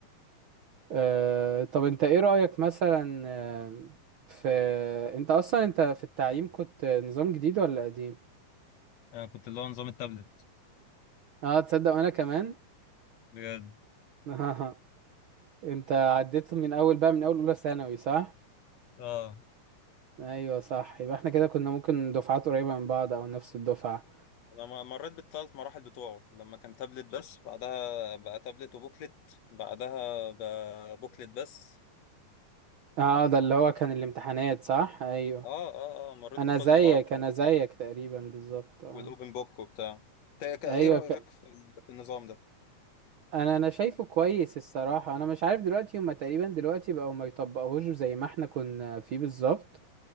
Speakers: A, on the right (about 70°); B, on the left (about 60°).
A: آه، طب انت ايه رأيك مثلا آه، في انت اصلا انت في التعليم كنت نظام جديد ولا قديم
B: انا كنت اللي هو نظام التابلت
A: اه تصدق انا كمان
B: بجد
A: <laughs> انت عديت من اول بقى من اول اولى ثانوي صح
B: اه
A: ايوه صح يبقى احنا كده كنا ممكن دفعات قريبة من بعض او نفس الدفعة
B: انا م- مريت بالثلاث مراحل بتوعه لما كان تابلت بس بعدها بقى تابلت وبوكلت بعدها بقى بوكلت بس
A: اه ده اللي هو كان الامتحانات صح ايوه
B: اه اه اه مريت
A: انا
B: بكل
A: زيك
B: المراحل
A: انا زيك تقريبا بالظبط اه
B: والاوبن بوك وبتاع تا- كا-
A: ايوه
B: ايه رأيك في ال- في النظام ده
A: انا انا شايفه كويس الصراحه انا مش عارف دلوقتي هما تقريبا دلوقتي بقوا ما يطبقوهوش زي ما احنا كنا فيه بالظبط